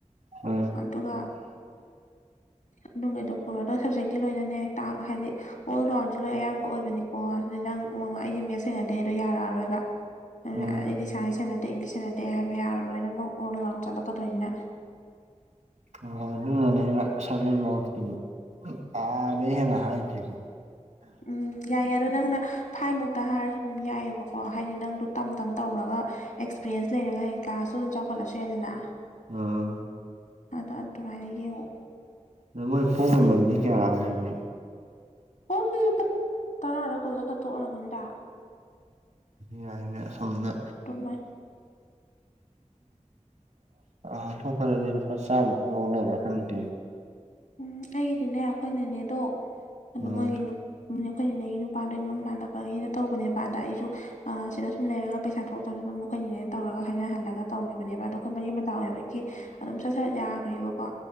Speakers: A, on the right; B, on the left.
A: ꯑꯣꯝ
B: ꯑꯗꯨꯒ ꯑꯗꯨꯝ ꯀꯩꯗꯣ ꯄꯨꯔꯗ ꯁꯕꯖꯦꯛꯇꯤ ꯂꯣꯏꯅꯅꯦꯥꯛ ꯍꯥꯏꯗꯤ ꯑꯣꯜ ꯔꯥꯎꯟꯁꯦ ꯂꯣꯏ ꯑꯌꯥꯝꯕ ꯑꯣꯏꯕꯅꯤꯀꯣ ꯑꯗꯨꯗꯤ ꯅꯪ ꯑꯩꯗꯤ ꯃꯦꯠꯁ ꯁꯦꯡꯅꯗꯦ ꯑꯗꯨꯗꯣ ꯌꯥꯔꯛꯑꯔꯣꯏꯕ ꯑꯗꯨ
A: ꯎꯝ
B: ꯑꯩꯗꯤ ꯁꯥꯏꯁ ꯁꯦꯟꯅꯗꯦ ꯏꯪꯂꯤꯁ ꯁꯦꯟꯅꯗꯦ ꯍꯥꯏꯕ ꯌꯥꯔꯣ ꯂꯣꯏꯅꯃꯛ ꯑꯣꯔ ꯂꯥꯎ ꯆꯠꯂꯛꯀꯗꯣꯏꯅꯤꯅ
A: ꯍ ꯍꯣꯏ ꯑꯗꯨꯅꯅꯦ ꯑꯩꯅ ꯁꯔ ꯃꯀꯤ ꯑꯥ ꯂꯩ ꯍꯦꯟꯅ ꯍꯥꯏꯗꯦꯔꯤꯁ
B: ꯎꯝ ꯌꯥꯏ ꯌꯥꯔꯣ ꯅꯪꯅ ꯐꯥꯏ ꯃꯨꯛꯇ ꯍꯥꯏꯔꯁꯨ ꯑꯗꯨꯝ ꯌꯥꯏꯑꯕꯀꯣ ꯍꯥꯏꯗꯤ ꯅꯪꯗꯣ ꯇꯝ ꯇꯝ ꯇꯧꯔꯒ ꯑꯦꯛꯁꯄꯤꯔꯤꯌꯦꯟꯁ ꯂꯩꯔꯒ ꯍꯦꯛ ꯀ꯭ꯂꯥꯁꯁꯨ ꯑꯗꯨꯝ ꯆꯥꯎꯈꯠꯂꯁ ꯌꯥꯗꯅ
A: ꯎꯝ
B: ꯑꯗꯣ ꯑꯗꯨꯃꯥꯏꯅ ꯌꯦꯡꯉꯣ
A: ꯑꯗ ꯃꯣꯏ ꯐꯣꯝ ꯃꯃꯜꯗꯤ ꯀꯌꯥ ꯍꯥꯏꯒꯦ
B: ꯑꯣ ꯃꯤ ꯂꯨꯄꯥ ꯇꯔꯥꯔ ꯀꯣꯜꯂ ꯈꯠꯇꯣꯛꯎꯔꯝꯃꯟꯗ
A: ꯌꯥꯏꯅꯦ ꯁꯣꯝꯅ
B: ꯑꯗꯨꯃꯥꯏ
A: ꯍꯥꯇꯣꯄꯗꯤ ꯂꯨꯄꯥ ꯆꯥꯝꯃꯨꯛ ꯈ ꯂꯧꯥꯎ ꯂꯩꯕ ꯈꯪꯗꯦ
B: ꯎꯝ ꯑꯩꯒꯤꯗꯤꯅꯦ ꯑꯩꯈꯣꯏꯅꯅꯦ ꯑꯗꯣ ꯑ
A: ꯎꯝ
B: ꯃꯣꯏꯒꯤ ꯑꯩꯈꯣꯏ ꯅꯅꯦꯒꯤ ꯅꯨꯄꯥꯗꯣ ꯏꯃꯝ ꯃꯥꯟꯅꯕꯅꯦꯅ ꯇꯧꯕꯅꯦꯕꯗ ꯑꯩꯁꯨ ꯁꯤꯗ ꯁꯨꯝ ꯂꯩꯔꯒ ꯄꯩꯁꯥ ꯊꯣꯛꯇꯕꯗꯅ ꯃꯈꯣꯏꯅꯤꯅꯦꯅ ꯇꯧꯔꯒ ꯍꯥꯏꯅꯍꯜꯂꯒ ꯇꯧꯈꯤꯕꯅꯦꯕ ꯑꯗꯣ ꯑꯩꯈꯣꯏ ꯃꯔꯤ ꯃꯇꯥ ꯑꯣꯏꯕꯒꯤ ꯑꯗꯨꯝ ꯁꯠ ꯁꯠ ꯌꯥꯈ꯭ꯔꯦꯕꯀꯣ